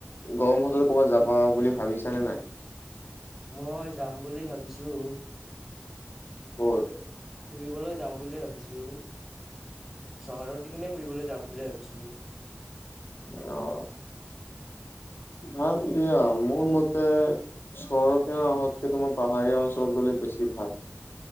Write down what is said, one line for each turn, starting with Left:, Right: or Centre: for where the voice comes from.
Left: গৰম বন্ধত কৰ'বাত যাবা বুলি ভাবিছা নে নাই?
Centre: মই যাম বুলি ভাবিছোঁ।
Left: কত?
Centre: ফুৰিবলৈ যাওঁ বুলিয়ে ভাবিছোঁ, চহৰত যিখিনি ফুৰিবলৈ যাম বুলি ভাবিছোঁ।
Left: অ'। ভাল দিয়া, মোৰ মতে চহৰতে <unintelligible> তোমাৰ পাহাৰীয়া অঞ্চলত গ'লে বেছি ভাল।